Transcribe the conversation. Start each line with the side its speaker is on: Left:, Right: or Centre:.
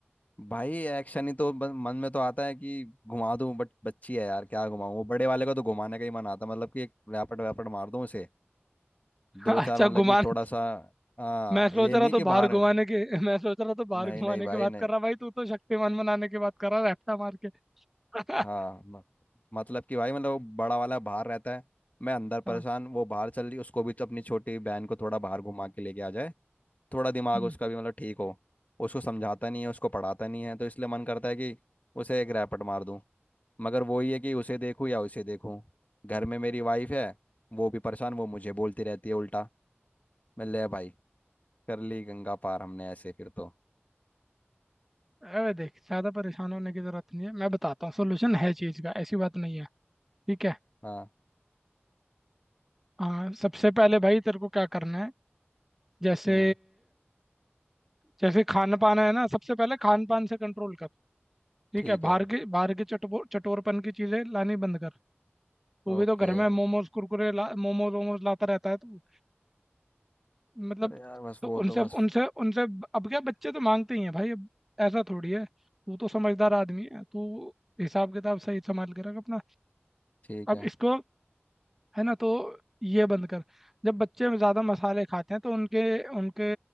Left: भाई एक्शन ही तो ब- मन में तो आता है कि घुमा दूं बट बच्ची है यार क्या घुमाऊं वो बड़े वाले का तो घुमाने का ही मन आता है मतलब कि एक रैपट वैपट मार दूं उसे
Centre: <laughs>
Left: दो चार
Centre: अच्छा
Left: मतलब
Centre: घुमान
Left: कि थोड़ा सा हाँ
Centre: मैं सोच
Left: ये
Centre: रहा
Left: नहीं
Centre: तो
Left: कि
Centre: बाहर
Left: बाहर
Centre: घुमाने के मैं सोच रहा तो बाहर
Left: नहीं
Centre: घुमाने
Left: नहीं भाई
Centre: की बात
Left: नहीं
Centre: कर रहा भाई तू तो शक्तिमान बनाने की बात कर रहा रैप्टा मार के <laughs>
Left: हाँ म- मतलब कि भाई मतलब वो बड़ा वाला बाहर रहता है मैं अंदर
Centre: हाँ
Left: परेशान वो बाहर चल रही उसको भी तो अपनी छोटी बहन को थोड़ा बाहर घुमा के लेके आ जाए थोड़ा दिमाग
Centre: हम्म।
Left: उसका भी मतलब ठीक हो उसको समझाता नहीं है उसको पढ़ाता नहीं है तो इसलिए मन करता है कि उसे एक रैपट मार दूं मगर वही है कि उसे देखूं या उसे देखूं घर में मेरी वाइफ है वो भी परेशान वो मुझे बोलती रहती है उल्टा मैं ले भाई कर ली गंगा पार हमने ऐसे फिर तो
Centre: अरे देख ज़्यादा परेशान होने की ज़रूरत नहीं है मैं बताता हूँ सोल्यूशन है चीज़ का ऐसी बात नहीं है ठीक है
Left: हाँ
Centre: हाँ सबसे पहले भाई तेरे को क्या करना है जैसे
Left: हम्म
Centre: जैसे खान पान है ना सबसे पहले खान पान से कंट्रोल कर ठीक
Left: ठीक
Centre: है
Left: है
Centre: बाहर के बाहर के चटपो चटोरपन की चीज़ें लानी बंद कर वो भी
Left: ओके
Centre: तो घर में मोमोज कुरकुरे ला मोमोज वोमोज लाता रहता है तो मतलब
Left: अरे यार बस
Centre: तो
Left: वो
Centre: उनसे
Left: तो बस
Centre: उनसे उनसे अब क्या बच्चे तो मांगते ही हैं भाई अब ऐसा थोड़ी है तू तो समझदार आदमी है तू हिसाब किताब सही संभाल के रख अपना
Left: ठीक
Centre: अब
Left: है
Centre: इसको है ना तो ये बंद कर जब बच्चे ज़्यादा मसाले खाते हैं तो उनके उनके